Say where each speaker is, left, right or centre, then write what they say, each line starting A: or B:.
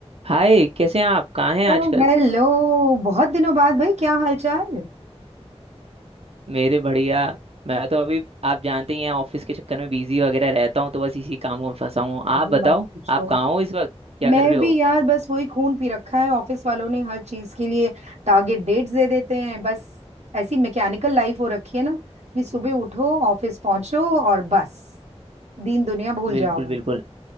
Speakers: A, on the right; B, on the right.
A: हाय कैसे हैं आप कहाँ हैं आजकल
B: ओ hello बहुत दिनों बाद भाई क्या हालचाल
A: मेरे बढ़िया मैं तो अभी आप जानते ही हैं ऑफिस के चक्कर में बिजी वगैरह रहता हूँ तो बस इसी कामों में फंसा हूँ
B: अरे
A: आप बताओ
B: मत पूछो
A: आप कहाँ हो इस वक्त क्या
B: मैं
A: कर रहे हो
B: भी यार बस वही खून पी रखा है ऑफिस वालों ने हर चीज के लिए टारगेट डेट्स दे देते हैं बस ऐसी मैकेनिकल लाइफ हो रखी है ना कि सुबह उठो ऑफिस पहुंचो और बस दीन दुनिया भूल
A: बिल्कुल
B: जाओ
A: बिल्कुल